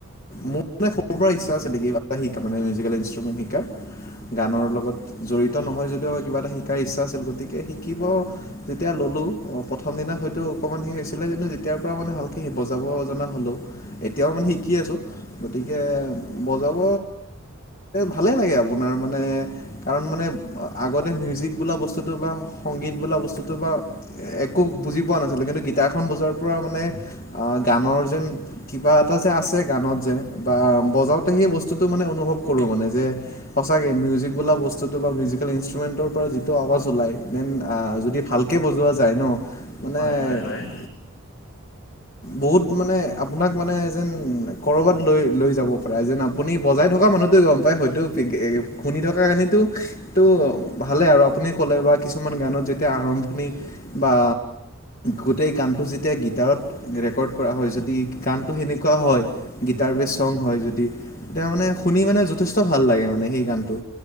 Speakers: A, on the left; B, on the left.
A: মোৰ মানে সৰুৰ পৰা ইচ্ছা আছে নেকি এটা শা মানে মিউজিকেল ইনষ্টুমেণ্ট। গানৰ লগত। জড়িত নহয় যদিও কিবা এটা শিকাৰ ইচ্ছা আছিল গতিকে শিকিব যেতিয়া ললো। প্ৰথম দিনা হয়তো অকমান সি হৈছিলে কিন্তু যেতিয়াৰ পৰা মানে ভালকে সি বজাব জনা হ'ল। এতিয়াও মানে শিকি আছোঁ গতিকে বজাব। ভালে লাগে আপোনাৰ মানে কাৰণ মানে আগতে মিউজিক বোলা বস্তুতটো বা সংগত বোলা বস্তুটো বা একো বুজি পোৱা নাছিলে কিন্তু গী তাখন বজোৱাৰ পৰা মানে অঁ গানৰ যেন কিবা এটা যে আছে গানত বজাওতে সেই বস্তুটো মানে অনুভৱ কৰো মানে যে সচে মিউজিক বুলা বস্তু অলপ মিউজিকেল ইনষ্ট্ৰুমেণ্টৰ পৰা যিটো আৱাজ ওলায় দেন যদি ভালকৈ বজোৱা যায় ন। মানে
B: হয়, হয়, হয়।
A: বহুত মানে আপোনাক মানে যেন কৰবাত লৈ লৈ যাব প যায় যেন আপুনি বজাই থকা মানুহতে গম পাই হয়তো শুনি থকা খিনিটো টো ভালে আৰু আপুনি ক'লে বা কিছুমান গানত। যেতিয়া আৰম্ভণি বা গোটেই গানটো যেতিয়া গীটাৰত ৰেকৰ্ড। কৰা হয় যদি গানটো সেনেকুৱা হয় গীটাৰ বেষ্ট চং হয় যদি। এতিয়া মানে শুনি মানে যথেষ্ট ভাল লাগে মানে সেই গানটো।